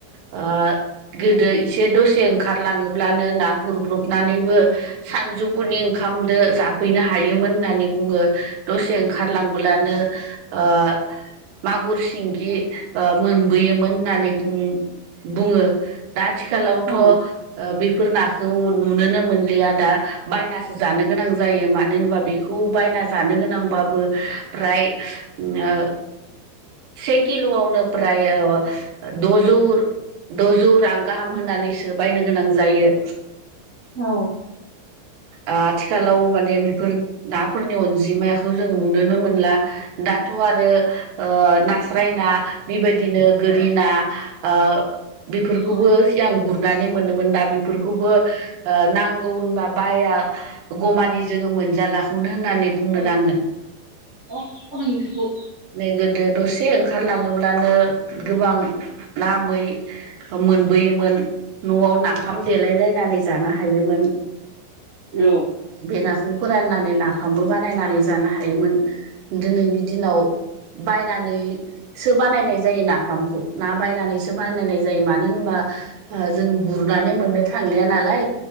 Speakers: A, on the right (about 70°); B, on the right (about 30°).
A: ओ गोदो इसे दसे ओंखारलाङोब्लानो ना गुरब्रबनानैबो सानजौफुनि ओंखाम दो‌ जाफैनो हायोमोन होननानै बुङो। दसे खारलांब्लानो ओ मागुर, सिंगि ओ मोनबोयोमोन होननानै बुं बुङो। दा आथिखाालावथ' ओ
B: औ
A: बेफोर नाखौ नुनोनो मोनलिया दा बायनासो जानो गोनां जायो। मानो होनोबा बे खौ बायना जानो गोनांबाबो फ्राय ओ से किल'आवनो फ्राय द'जौ द'जौ रां गाहाम होनानैसो बायनो गोनां जायो।
B: औ
A: ओ आथिखालाव माने बेफोर नाफोरनि अनजिमाखौ दं नुनो नों मोनला दाथ' आरो ओ ना स्रायना बेबायदिनो गोरि ना ओ बेफोरखौबो
B: औ
A: सिगां गुरनानै मोनोमोन दा बेफोरखौबो नांगौ होनबा बाया गमानि जोङो मोनजालाखौनो होननानै बुंनो
B: औ
A: नांगोन।
B: <unintelligible>
A: नोगदो दसे ओंखारलाङोब्लानो गोबां ना मै मोनबोयोमोन न'आव नाफाम देलायलायनानै जानो हायोमोन।
B: औ
A: बे नाखौ फोराननानै नाफामबो बानायनानै जानो हायोमोन दिनैनि दिनाव बायनानै सो बानायनाय जायो नाफामखौ ना बायनानैसो बानायनाय जायो। मानो होनबा ओ जों गुरनानै मोननो थांलिया नालाय